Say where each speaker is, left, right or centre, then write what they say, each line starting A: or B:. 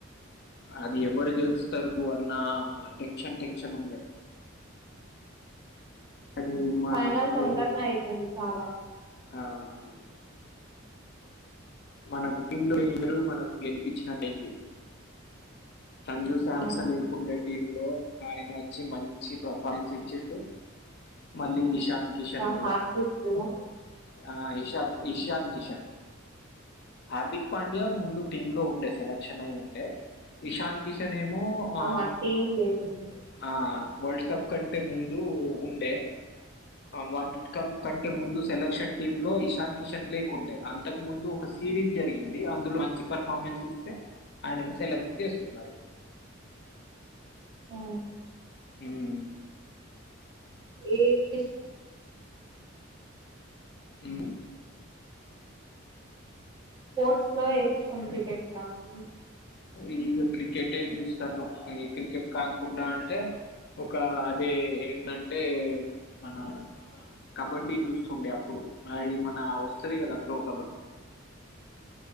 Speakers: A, on the left; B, on the right.
A: అది ఎవరు గెలుస్తారు అన్నా ఆ టెన్షన్ టెన్షన్ ఉండే కానీ మ-
B: ఫైనల్
A: మనకు
B: తొందరనే అయితుంది చాలా
A: అవునవును మన కుటుంబంలో ఎరు మనకు గెలిపించినట్టయింది సంజు శాంసన్
B: అవును
A: లేకుండే టీమ్ లో ఆయన మంచి పర్ఫార్మెన్స్ ఇచ్చిండు మళ్ళీ ఇషాన్ కిషన్ కూడా
B: హార్పిరా
A: ఆ ఇషా ఈశన్ కిషన్ హార్దిక్ పాండ్య ముందు టీమ్ లో ఉండే సెలక్షన్ అయి ఉండే ఈశాంత ఈసనే ఏమో ఆ
B: ఆహా టీమ్ లేకుండే
A: ఆ వరల్డ్ కప్ కంటే ముందు ఉండే వ కమ్ కంటే ముందు సెలక్షన్ టీమ్ లో ఇషాన్ కిషన్ లేకుండే అంతకు ముందు ఒక సిరీస్ జరిగింది అందులో మంచి పర్ఫార్మెన్స్ ఇస్తే ఆయనం సెలక్ట్ జేసుకున్నారు
B: ఆ
A: ఉమ్
B: ఏం కష్ట
A: ఉమ్.
B: స్పోర్ట్స్ లో ఎపించుకోండి క్రికెట్ కాకు
A: ఇక క్రికెటే చూస్తారు క్రికెట్ కానుకుండా అంటే ఒక అదే ఏంటంటే మన కబడ్డీ చూస్తుండే అప్పుడు అది మన వస్తుది కదా అ ప్రో కబడ్డీ